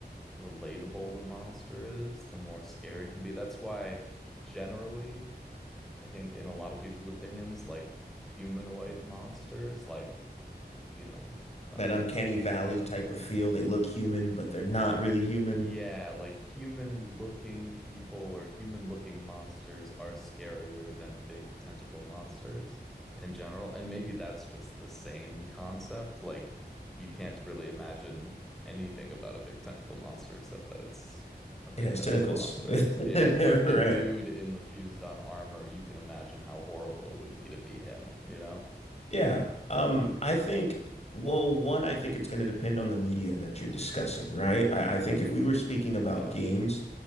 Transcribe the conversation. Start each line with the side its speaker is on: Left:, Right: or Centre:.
Centre: relatable the monster is, the more scary it can be. That's why generally I think in a lot of people's opinions, like humanoid monsters, like, you know, um,
Left: That uncanny valley type of feel. They look human, but they're not really human.
Centre: Yeah, like human-looking people or human-looking monsters are scarier than big tentacle monsters in general. And maybe that's just the same concept. Like you can't really imagine anything about a big tentacle monster except that it's a big
Left: It has
Centre: tentacle
Left: tentacles.
Centre: monster.
Left: <laughs>
Centre: Yeah,
Left: Right.
Centre: but the dude in the fused-on armor, you can imagine how horrible it would be to be him, you know?
Left: Yeah. Um, I think, well, one, I think it's going to depend on the media that you're discussing, right? I, I think if we were speaking about
Centre: Yeah.
Left: games,